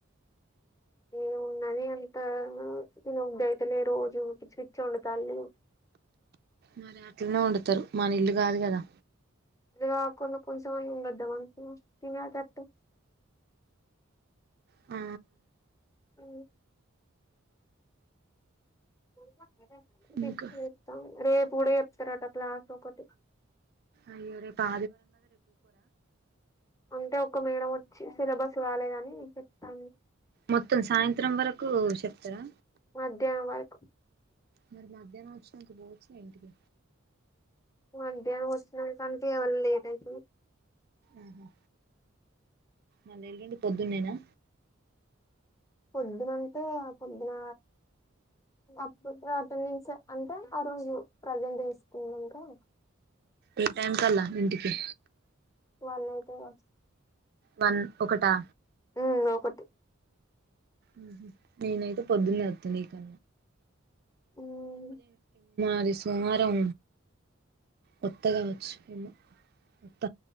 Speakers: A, on the left; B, on the right.
A: ఏ ఉన్నని అంటారు తినబుద్ధి అయితలేదు రోజు పిచ్చి పిచ్చి వండుతాంది
B: మరి అట్లనే వండుతారు మన ఇల్లు కాదు కదా
A: ఇ కొన కొస మని ఉండద్ద మాస తినేటట్టు
B: ఆ
A: అ పోప గిఫ్ట్
B: ఇంకా
A: చేస్తాం రేపు పుడే చెప్తారట క్లాస్ ఒకటి
B: అయ్యోరే పా
A: అంటే ఒక మేడ సిలబస్ కలేని చెప్తా
B: మొత్తం సాయంత్రం వరకు చెప్తారా
A: మధ్యనం వర్క్
B: మరి మధ్యాహ్నం వచ్చిన నానికి పోవచ్చు ఇంటికి
A: మధ్యాహ్నం వస్తున కంటే ఎవరి లేదయితే
B: ఆహా మళేలుండి పొద్దున్నేనా
A: పొద్దునంటే పొద్దున అప్పు అటెడిన్స్ అంటే ఆ రోజు ప్రజెంట్ తీసుకున్నాంకా
B: ఏ టైమ్స్ అల ఇంటికి
A: వన్ అయితదా
B: వన్ ఒకటా
A: ఉ ఒకటి
B: ఉహు నేనైతే పొద్దున్నే వత్తను ఇకా
A: ఉమ్
B: మరి సోమవారం వత్త కావచ్చు ఏమో వత్త